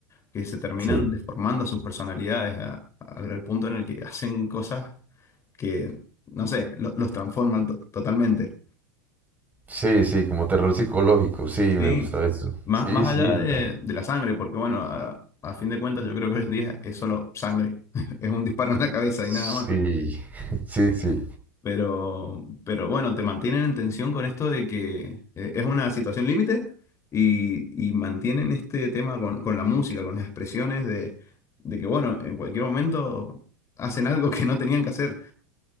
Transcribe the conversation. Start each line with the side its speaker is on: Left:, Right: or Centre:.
Left: que se terminan
Right: Sí.
Left: deformando sus personalidades a- a- al punto en el que hacen cosas que, no sé, lo- los transforman to- totalmente.
Right: Sí, sí, como terror psicológico. Sí, me
Left: Sí,
Right: gusta eso.
Left: más,
Right: Sí,
Left: más
Right: sí,
Left: allá
Right: está.
Left: de, de la sangre, porque bueno, a, a fin de cuentas yo creo que hoy en día es solo sangre, <laughs> es un disparo en la cabeza
Right: Sí.
Left: y nada más.
Right: <laughs> Sí, sí.
Left: Pero, pero bueno, te mantienen en tensión con esto de que eh, es una situación límite y, y mantienen este tema con, con la música, con las expresiones de, de que, bueno, en cualquier momento hacen algo que no tenían que hacer.